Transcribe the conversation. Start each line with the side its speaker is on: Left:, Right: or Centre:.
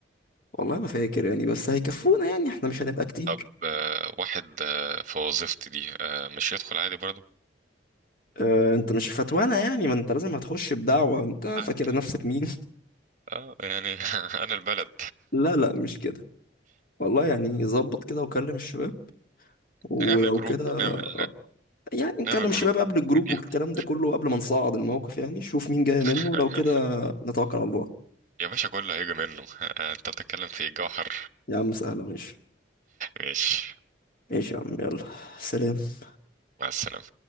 Left: والله ما فاكر يعني بس هيكفونا يعني احنا مش هنبقى كتير
Right: طب آه، واحد آه، في وظيفتي دي آه، مش يدخل عادي برضه
Left: اه انت مش فتوانه يعني ما انت لازم هتخش بدعوه انت
Right: عادي
Left: فاكر نفسك مين
Right: اه يعني <laughs> انا البلد
Left: <laughs> لا لا مش كده والله يعني ظبط كده وكلم الشباب ولو
Right: نعمل جروب
Left: كده
Right: نعمل
Left: يعني نكلم
Right: نعمل
Left: الشباب
Right: جروب
Left: قبل الجروب
Right: نديها
Left: والكلام
Right: جروب
Left: ده كله قبل ما نصعد الموقف يعني شوف مين جاي
Right: <laughs>
Left: منه لو كده نتوكل على الله
Right: يا باشا كله هيجي منه <laughs> آه، انت بتتكلم في إيه؟ جوهر
Left: يا عم سهلة ماشي
Right: ماشي
Left: ماشي يا عم يلا سلام
Right: مع السلامة